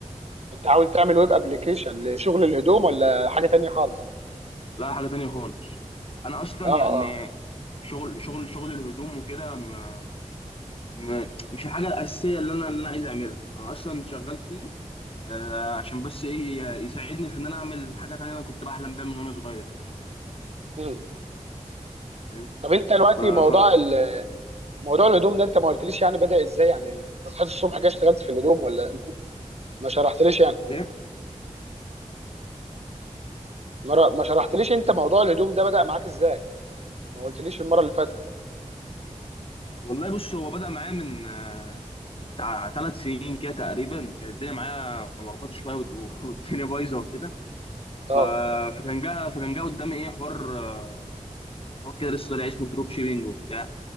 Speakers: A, on the right; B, on the left.
A: انت عاوز تعمل ويب ابلكيشن لشغل الهدوم ولا حاجه تانية خالص
B: لا حاجه تانيه خالص انا اصلا
A: اه
B: يعني
A: اه
B: شغل شغل شغل الهدوم وكده ما... ما... ما- مش الحاجه الاساسيه اللي انا اللي انا عايز اعملها انا اصلا شغال فيه آه، عشان بس ايه يساعدني في ان انا اعمل حاجات انا كنت بحلم بيها من وانا صغير يعني
A: مم.
B: فاهم
A: طب انت دلوقتي
B: ف
A: موضوع
B: ف
A: ال... موضوع الهدوم ده انت ما قلتليش يعني بدأ ازاي يعني انت صحيت الصبح كده اشتغلت في الهدوم ولا ما شرحتليش يعني
B: ايه
A: مرة ما شرحتليش انت موضوع الهدوم ده بدأ معاك ازاي ما قلتليش المرة اللي فاتت
B: والله بص هو بدأ معايا من آه، من بتاع ثلاث سنين كده تقريبا كانت الدنيا معايا ملخبطه شويه والد- <laughs> والدنيا بايظه وكده ف...
A: اه
B: فكان جه فكان جه قدامي ايه حوار آه، كان حوار كده لسه طالع اسمه دروب شيبينج وبتاع